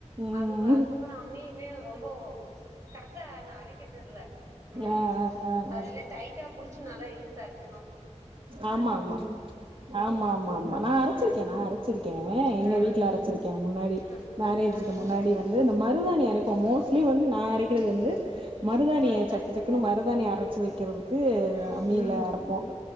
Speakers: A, on the right; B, on the right.
A: ம்
B: அது அதுக்கப்புறம் அம்மியுமே ரொம்ப ஒ கரக்டா நான் அரக்க தெர்ல உம்
A: ஆ ஆ ஆ
B: அதல்லாம்
A: ஆ
B: டைட்டா புடிச்ச நல்லா இலுத்து அரைக்
A: ஆமா ஆமா ஆமா ஆமா ஆமா நான் அரைச்சிருக்கன்
B: ம்
A: நான் அரைச்சிருக்கேன்
B: ம்
A: எங்க வீட்டுல அரைச்சிருக்கேன் முன்ன முன்னாடி
B: ம்
A: மேரேஜுக்கு
B: ம்
A: முன்னாடி வந்து இந்த மருதாணி அரைப்போம் மோஸ்ட்லி வந்து நான் அரைக்கிறது வந்து மருதாானிய
B: மருதாணி
A: சக்க சக்கனு மருதானி அரைச்சி வைக்கிறது க்கு
B: ம்
A: அம்மியில அரைப்போம்